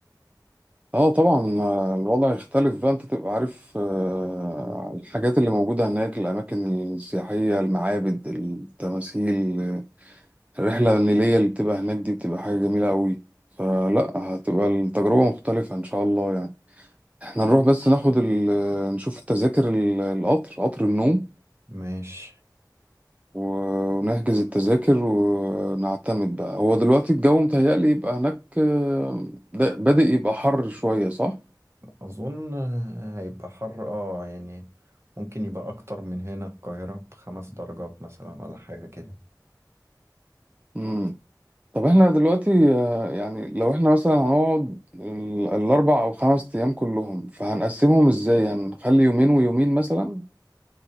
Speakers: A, on the right (about 20°); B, on the right (about 35°).
A: اه طبعا آه، الوضع يختلف بقى انت تبقى عارف آه، الحاجات اللي موجودة هناك الأماكن السياحية المعابد التماثيل الرحلة النيلية اللي بتبقى هناك دي بتبقى حاجة جميلة قوي فلا هتبقى التجربة مختلفة إن شاء الله يعني احنا نروح بس ناخد ال... نشوف التذاكر ال- القطر قطر النوم
B: ماشي
A: و- ونحجز التذاكر ونعتمد بقى هو دلوقتي الجو متهيألي يبقى هناك آه، ده بادئ يبقى حر شوية صح؟
B: أظن آه، هيبقى حر اه يعني ممكن يبقى أكتر من هنا القاهرة بخمس درجات مثلا ولا حاجة كده
A: مم. طب احنا دلوقتي آه، يعني لو احنا مثلا هنقعد ال- الأربع أو خمس أيام كلهم فهنقسمهم ازاي؟ هنخلي يومين ويومين مثلا؟